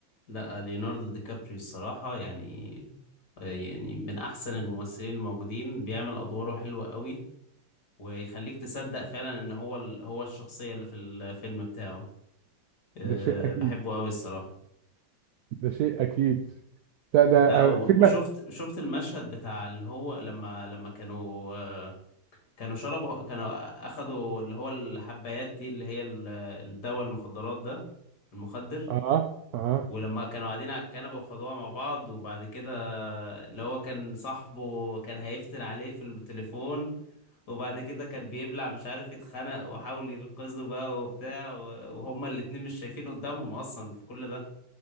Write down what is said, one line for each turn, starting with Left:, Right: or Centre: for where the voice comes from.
Left: لا ليوناردو دي كابريو الصراحة يعني آه، يعني من أحسن الممثلين الموجودين بيعمل أدواره حلوة قوي ويخليك تصدق فعلا إن هو ال... هو الشخصية اللي في الفيلم بتاعه أه
Right: ده شيء أكيد
Left: بحبه قوي الصراحة
Right: ده شيء أكيد ده ده
Left: لا
Right: آه،
Left: و-
Right: فيلم
Left: وشفت شفت المشهد بتاع اللي هو لما لما كانوا آه، كانوا شربوا كانوا أخدوا اللي هو الحبايات دي اللي هي ال- الدواء المخدرات ده المخدر
Right: آه آه
Left: ولما كانوا قاعدين على الكنبة وخدوها مع بعض وبعد كده اللي هو كان صاحبه كان هيفتن عليه في التليفون وبعد كده كان بيبلع مش عارف يتخنق وحاول ينقذه بقى وبتاع و- وهما الاتنين مش شايفين قدامهم اصلا في كل ده